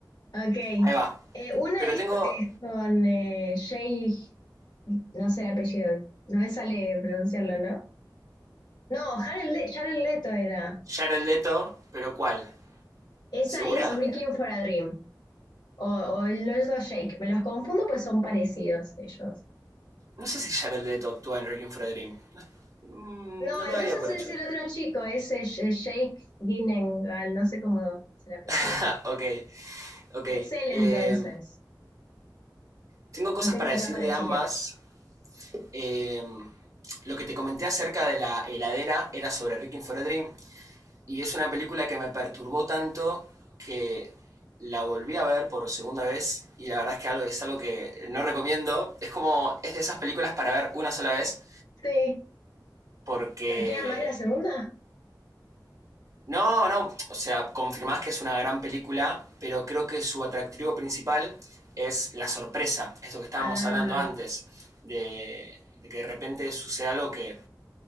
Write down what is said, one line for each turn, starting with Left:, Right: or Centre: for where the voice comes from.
Left: ok.
Right: Ahí va.
Left: Eh, una
Right: Pero
Left: es,
Right: tengo
Left: co- es con eh, Jay, no sé el apellido, no me sale pronunciarlo, ¿no? No, Jared, Le- Jared Leto era.
Right: Jared Leto, pero ¿cuál?
Left: Esa
Right: ¿Segura?
Left: es Requiem for a Dream o, o el otro Shake. Me los confundo pues son parecidos ellos.
Right: No sé si Jared Leto actúa en Requiem for a Dream. Mm,
Left: No,
Right: No lo
Left: entonces
Right: daría por hecho.
Left: es el otro chico, es el Sh- Shake Ginengal, no sé cómo es el apellido.
Right: <laughs> ok, ok.
Left: Es él entonces.
Right: Eh, tengo cosas
Left: Lo tengo
Right: para
Left: acá
Right: decir
Left: para
Right: de
Left: chequear.
Right: ambas. Eh, lo que te comenté acerca de la heladera era sobre Requiem for a Dream. Y es una película que me perturbó tanto que la volví a ver por segunda vez y la verdad es que algo, es algo que no recomiendo. Es como, es de esas películas para ver una sola vez
Left: Sí.
Right: porque...
Left: ¿Choquea más la segunda?
Right: No, no, o sea, confirmás que es una gran película, pero creo que su atractivo principal es la sorpresa, esto que estábamos
Left: Ah,
Right: hablando antes, de, de que de repente suceda algo que